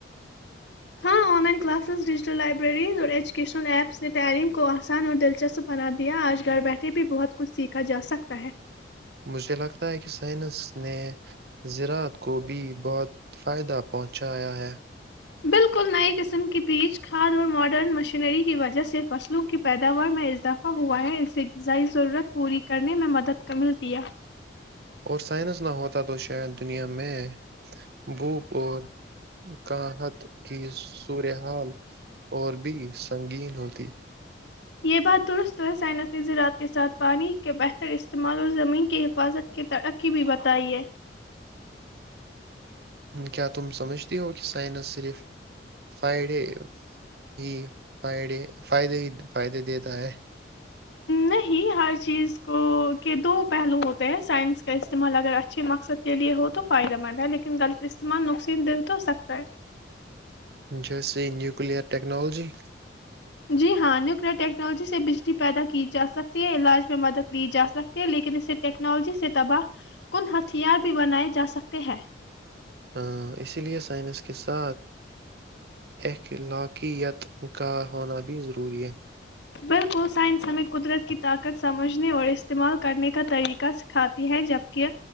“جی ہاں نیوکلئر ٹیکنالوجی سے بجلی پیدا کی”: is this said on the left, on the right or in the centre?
Left